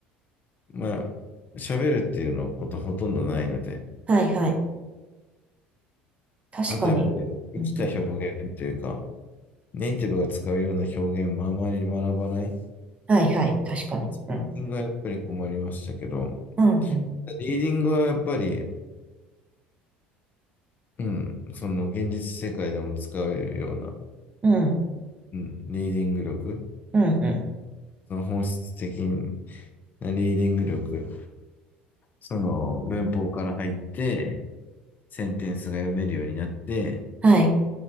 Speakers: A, on the left; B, on the right.
A: まあ、喋るっていうのことほとんどないので、
B: はいはい。確かに。
A: あとやっぱり生きた表現というか、
B: うんうん。
A: ネイティブが使うような表現もあまり学ばない。
B: はいはい。確かに。
A: スピーキングはやっぱり困りましたけど、
B: うん。うんうん。
A: リーディングはやっぱり、うん、その現実世界でも使うような、
B: うん。
A: うん、リーディング力、
B: うんう
A: その本質的なリーディング力、その文法から入って、センテンスが読めるようになって、
B: ん。はい。